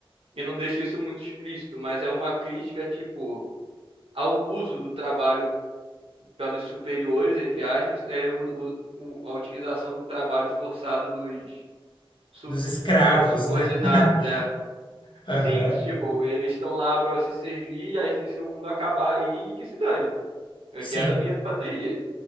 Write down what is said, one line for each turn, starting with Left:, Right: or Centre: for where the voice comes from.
Right: e não deixa isso muito explícito, mas é uma crítica, tipo, ao uso do trabalho pelos superiores, entre aspas, é o, o- o- a utilização do trabalho forçado dos sub-
Left: dos escravos,
Right: subo- subordinados,
Left: né? <laughs>
Right: é.
Left: Aham.
Right: Sim, tipo, eles estão lá para se servir, aí se, se o mundo acabar aí, que se dane. Eu
Left: Sim,
Right: quero a minha bateria.